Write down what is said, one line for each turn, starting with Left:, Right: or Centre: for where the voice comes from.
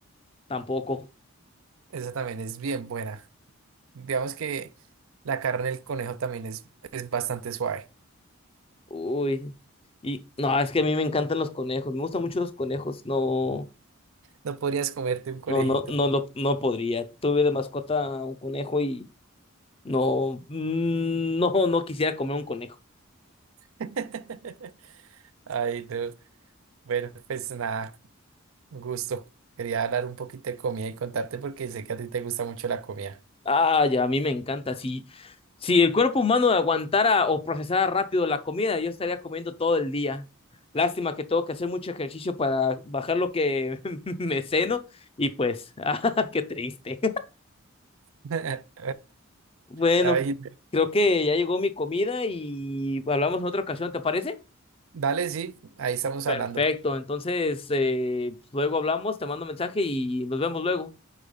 Left: Tampoco.
Right: Esa también es bien buena. Digamos que la carne del conejo también es, es bastante suave.
Left: Uy. Y no, es que a mí me encantan los conejos. Me gustan mucho los conejos. No,
Right: No podrías comerte un conejito.
Left: no, no, no, lo- no podría. Tuve de mascota un conejo y no, mm, no, no quisiera comer un conejo.
Right: <laughs> Ay, no. Bueno, pues nada, un gusto. Quería hablar un poquito de comida y contarte porque sé que a ti te gusta mucho la comida.
Left: Ah, ya, a mí me encanta. Si, si el cuerpo humano aguantara o procesara rápido la comida, yo estaría comiendo todo el día. Lástima que tengo que hacer mucho ejercicio para bajar lo que <laughs> me ceno y pues, <laughs> ah, qué triste.
Right: <laughs>
Left: Bueno,
Right: Ay,
Left: creo que ya llegó mi comida y hablamos en otra ocasión, ¿te parece?
Right: dale, sí, ahí estamos
Left: Perfecto,
Right: hablando.
Left: entonces eh, luego hablamos, te mando mensaje y nos vemos luego.